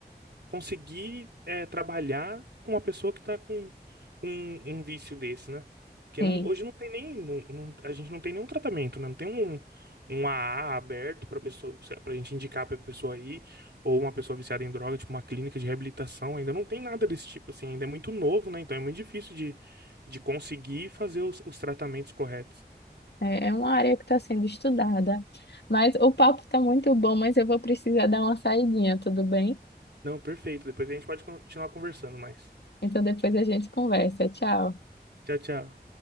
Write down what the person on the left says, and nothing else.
Sim,
é é uma área que está sendo estudada. Mas o papo está muito bom, mas eu vou precisar dar uma saidinha, tudo bem?
Então depois a gente conversa. Tchau.